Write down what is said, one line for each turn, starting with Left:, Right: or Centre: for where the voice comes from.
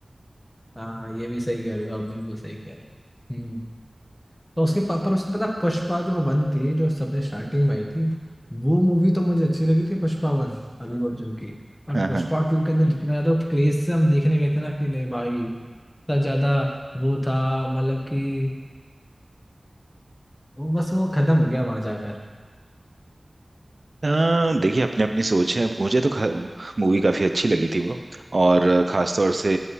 Left: हाँ ये भी सही कह रहे हो आप बिल्कुल सही कह रहे हो हम्म तो उसके पा- पर उसके पता पुष्पा जो वन थी जो सबसे स्टार्टिंग में आई थी वो मूवी तो मुझे अच्छी लगी थी पुष्पा वन अल्लू अर्जुन की पर
Right: है
Left: पुष्पा
Right: <laughs>
Left: टू के अंदर जितना ज्यादा क्रेज से हम देखने गए थे ना कि नहीं भाई इतना ज्यादा वो था मतलब कि वो बस वो खत्म हो गया वहां जाकर
Right: अ, देखिए अपनी अपनी सोच है मुझे तो मूवी काफ़ी अच्छी लगी थी वो और अ, खास तौर से